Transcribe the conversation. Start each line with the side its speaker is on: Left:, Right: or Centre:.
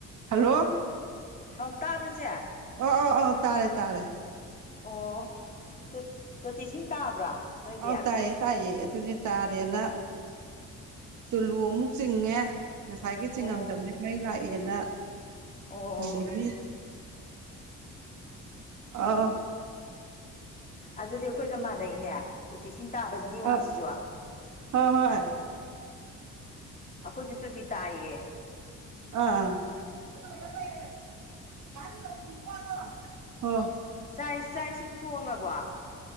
Right: Hello
Left: ꯍꯥꯎ ꯇꯥꯕ꯭ꯔ ꯏꯆꯦ
Right: ꯑꯣ ꯑꯣ ꯑꯣ ꯇꯥꯔꯦ ꯇꯥꯔꯦ
Left: ꯑꯣ ꯇꯨꯠ ꯇꯣꯇꯤ ꯏꯁꯤꯡ ꯇꯥꯕ꯭ꯔꯥ ꯅꯣꯏꯒꯤ
Right: ꯑꯧ ꯇꯥꯏꯌꯦ ꯇꯥꯏꯌꯦ ꯑꯗꯨꯅ‌ꯦ ꯆꯥꯔꯦꯅ
Left: ꯑꯣ
Right: ꯇꯨꯂꯨ ꯑꯃꯨꯛ ꯆꯤꯡꯉꯦ ꯉꯁꯥꯏꯒꯩ
Left: ꯑꯣ
Right: ꯆꯤꯡꯉꯝꯗꯕꯅꯤ ꯃꯩ ꯂꯥꯛꯑꯦꯅ
Left: ꯑꯣ
Right: ꯑꯗꯒꯤ ꯑꯥ
Left: ꯑꯗꯨꯗꯤ ꯑꯩꯈꯣꯏꯒ ꯃꯥꯟꯅꯩꯅꯦ ꯇꯣꯇꯤ ꯏꯁꯤꯡ ꯇꯥꯕ ꯅꯤꯌꯣꯝꯖꯤꯖꯨ
Right: ꯑꯧ ꯍꯣꯏ ꯍꯣꯏ
Left: ꯑꯩꯈꯣꯏꯖꯨ ꯇꯨꯇꯤ ꯇꯥꯏꯌꯦ
Right: ꯑꯥ ꯂꯩꯔꯦ ꯂꯩꯔꯦ ꯑꯍꯟꯕꯗꯨꯅꯤ ꯀꯣ ꯑꯗꯣ
Left: ꯆꯥꯏ ꯆꯥꯛ ꯏꯁꯤꯡ ꯊꯣꯡꯉꯕꯣ